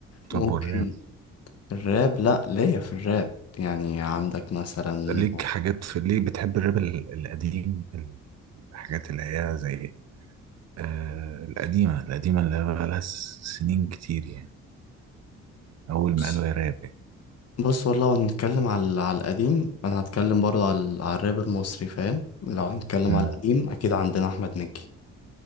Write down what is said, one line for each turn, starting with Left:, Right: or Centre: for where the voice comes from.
Right: طب
Left: ممكن
Right: والراب
Left: الراب لا ليا في الراب يعني عندك مثلا
Right: ليك حاجات في ليه بتحب الراب ال- القديم الحاجات اللي هي زي آه القديمة القديمة اللي هي بقالها س- سنين كتير يعني أول
Left: بص
Right: ما قالوا يا راب يعني
Left: بص والله لو هنتكلم على على القديم انا هتكلم برضه على على الراب المصري فاهم لو هنتكلم
Right: مم.
Left: على القديم اكيد عندنا احمد مكي